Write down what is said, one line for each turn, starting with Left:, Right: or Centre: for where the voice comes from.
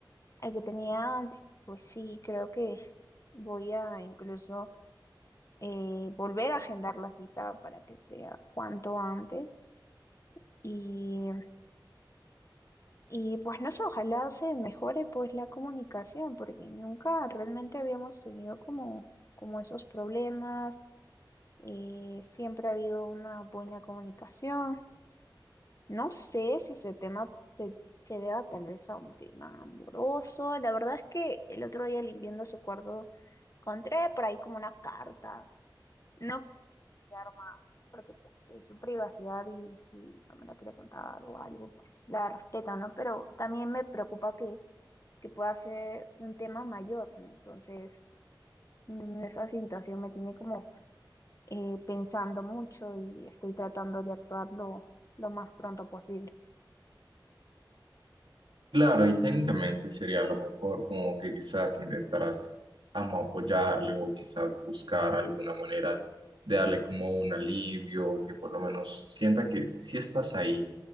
Left: al que tenía antes. Pues sí, creo que voy a incluso eh, volver a agendar la cita para que sea cuanto antes. Y, y pues no sé, ojalá se mejore pues la comunicación, porque nunca realmente habíamos tenido como, como esos problemas. eh, siempre ha habido una buena comunicación. No sé si se tema se, se deba tal vez a un tema amoroso. La verdad es que el otro día limpiando su cuarto encontré por ahí como una carta. No quiero explicar más porque pues es su privacidad y si no me la quiere contar o algo, pues la respeto, ¿no? Pero también me preocupa que, que pueda ser un tema mayor, ¿no? Entonces, mm, esa situación me tiene como eh, pensando mucho y estoy tratando de actuar lo, lo más pronto posible.
Right: Claro, y técnicamente sería a lo mejor como que quizás intentaras amo apoyarle o quizás buscar alguna manera de darle como un alivio o que por lo menos sienta que sí estás ahí.